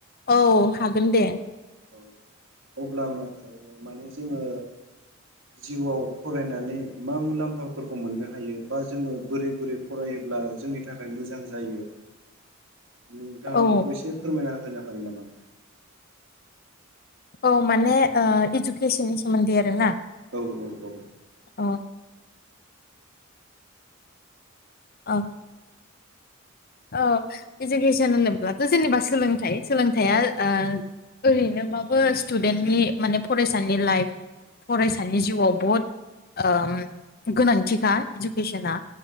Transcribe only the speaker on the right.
औ अब्ला मा-माने जोङो जिउआव फरायनानै मा मुलाम्फाफोरखौ मोननो हायो बा जोङो बोरै बोरै फरायोब्ला जोंनि थाखाय मोजां जायो नोंथाङा
बेखौ एसे फोरमायना होनो हागोन नामा
औ औ औ